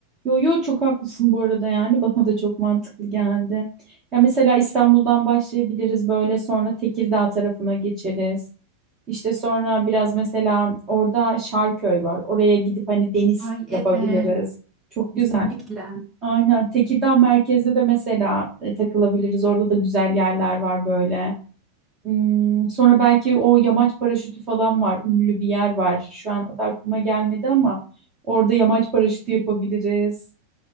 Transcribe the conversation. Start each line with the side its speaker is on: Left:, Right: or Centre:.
Right: Yo yo çok haklısın bu arada yani bana da çok mantıklı geldi. Ya mesela İstanbul'dan başlayabiliriz böyle sonra Tekirdağ tarafına geçeriz. İşte sonra biraz mesela orada Şarköy var. Oraya gidip hani deniz
Centre: Ay evet
Right: yapabiliriz. Çok
Centre: kesinlikle.
Right: güzel. Aynen Tekirdağ merkezde de mesela e, takılabiliriz. Orada da güzel yerler var böyle. Hmm, sonra belki o yamaç paraşütü falan var. Ünlü bir yer var. Şu an adı aklıma gelmedi ama orada yamaç paraşütü yapabiliriz.